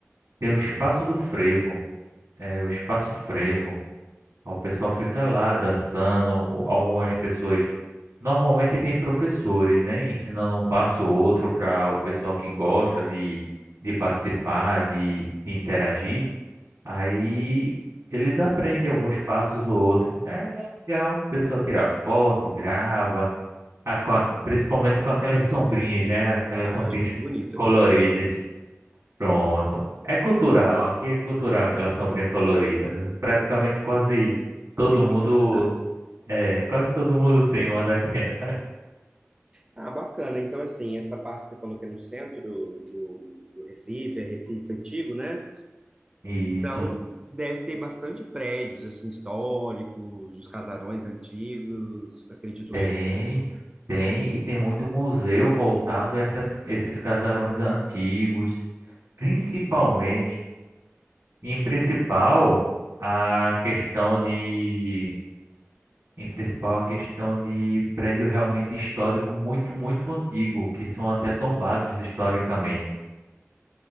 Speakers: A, on the right (about 70°); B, on the right (about 20°).
A: tem o Espaço do Frevo, é o Espaço Frevo. O pessoal fica lá dançando, o- algumas pessoas. Normalmente tem professores, né, ensinando um passo ou outro para o pessoal que gosta de, de participar, de, de interagir. Aí eles aprendem alguns passos ou outros. Aí é legal, o pessoal tira foto, grava, a- com a- principalmente com aquelas sombrinhas, né, aquelas
B: Ah,
A: sombrinhas
B: eu acho muito bonito
A: coloridas.
B: aquele
A: Pronto. É cultural, aqui é cultural aquela sombrinha colorida. Praticamente quase todo
B: patrimônio
A: mundo,
B: da cidade.
A: é, quase todo mundo tem uma daquela.
B: Ah, bacana. Então, assim, essa parte que você falou que é no centro do, do Recife, é Recife antigo, né?
A: <laughs> Isso.
B: Então, deve ter bastante prédios, assim, históricos, os casarões antigos, acredito
A: Tem,
B: eu, assim.
A: tem, e tem muito museu voltado a essas, esses casarões antigos, principalmente, em principal, a questão de, em principal, a questão de prédio realmente histórico muito, muito antigo, que são até tombados historicamente.